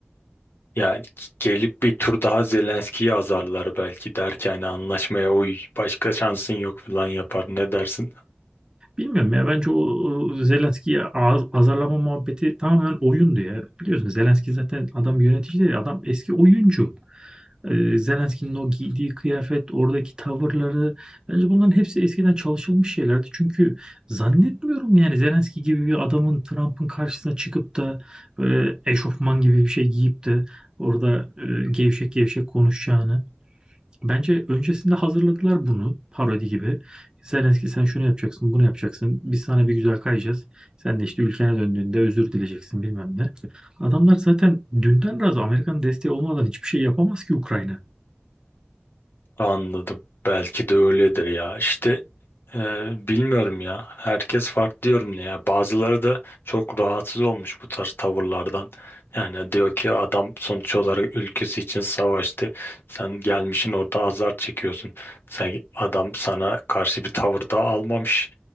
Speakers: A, on the left; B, on the right.
A: yani gelip bir tur daha Zelenski'yi azarlar belki der ki hani anlaşmaya uy başka şansın yok falan yapar ne dersin?
B: Bilmiyorum ya bence o e, Zelenski'yi az- azarlama muhabbeti tamamen oyundu ya. Biliyorsun Zelenski zaten adam yönetici değil, adam eski oyuncu. E, Zelenski'nin o giydiği kıyafet, oradaki tavırları bence bunların hepsi eskiden çalışılmış şeylerdi. Çünkü zannetmiyorum yani Zelenski gibi bir adamın Trump'ın karşısına çıkıp da böyle eşofman gibi bir şey giyip de orada e, gevşek gevşek konuşacağını. Bence öncesinde hazırladılar bunu parodi gibi. Zelenski sen şunu yapacaksın, bunu yapacaksın. Biz sana bir güzel kayacağız. Sen de işte ülkene döndüğünde özür dileyeceksin bilmem ne. Adamlar zaten dünden razı Amerika'nın desteği olmadan hiçbir şey yapamaz ki Ukrayna.
A: Anladım. Belki de öyledir ya. İşte e, bilmiyorum ya. Herkes farklı diyorum ya. Bazıları da çok rahatsız olmuş bu tarz tavırlardan. Yani diyor ki adam sonuç olarak ülkesi için savaştı. Sen gelmişin orada azar çekiyorsun. Sen adam sana karşı bir tavır da almamış